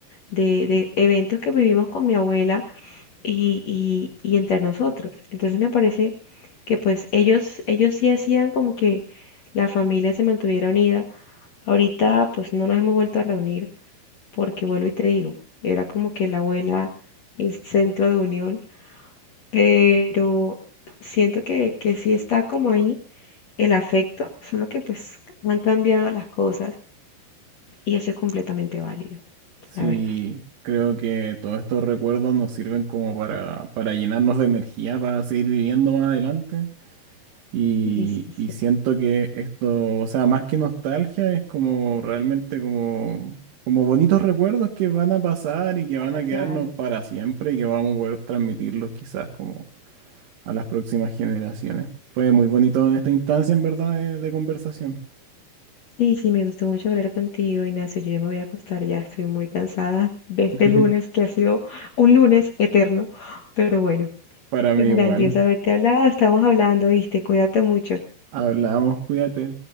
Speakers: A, on the left; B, on the right.
A: de, de eventos que vivimos con mi abuela y, y, y entre nosotros. Entonces me parece que pues ellos, ellos sí hacían como que la familia se mantuviera unida. Ahorita pues no nos hemos vuelto a reunir porque vuelvo y te digo, era como que la abuela, el centro de unión, pero siento que, que sí está como ahí el afecto, solo que pues han cambiado las cosas y eso es completamente válido,
B: Sí,
A: la verdad.
B: creo que todos estos recuerdos nos sirven como para, para llenarnos de energía, para seguir viviendo más adelante. Y,
A: Sí, sí, sí,
B: y siento que esto, o sea, más que nostalgia, es como realmente como, como bonitos recuerdos que van a pasar y que van
A: claro,
B: a quedarnos
A: claro.
B: para siempre y que vamos a poder transmitirlos quizás como a las próximas generaciones. Fue muy bonito esta instancia, en verdad, de, de conversación.
A: Sí, sí, me gustó mucho hablar contigo, Ignacio. Yo ya me voy a acostar, ya estoy muy cansada de este
B: <laughs>
A: lunes que ha sido un lunes eterno, pero bueno,
B: Para mí
A: grandioso
B: igual.
A: haberte hablado, estamos hablando, viste, cuídate mucho.
B: Hablamos, cuídate.